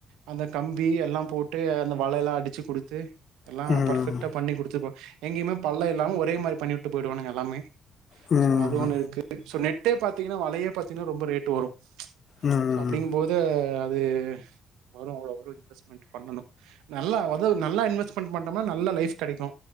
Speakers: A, on the right (about 70°); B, on the left (about 50°).
A: அந்த கம்பி எல்லாம் போட்டு அந்த வள எல்லா அடிச்சு குடுத்து எல்லா
B: ம்
A: பர்ஃபெக்டா பண்ணி குடுத்து போ எங்கிம்மே பல்ல இல்லாம் ஒரே மாரி பண்ணி உட்டு போயிடுவானுங்க எல்லாமே
B: ம்
A: சோ அது ஒன்னு இருக்கு சோ நெட்டே பாத்தீங்கன்னா வலையே பாத்தீங்கன்னா ரொம்ப ரேட்டு வரு
B: ம்
A: சோ அப்டிங்ம் போது அது வரு இன்வெஸ்ட் மென்ட் பண்ணனு நல்லா அத நல்லா இன்வெஸ்ட்மெண்ட் பண்டோம்னா நல்ல லைஃப் கெடைக்கு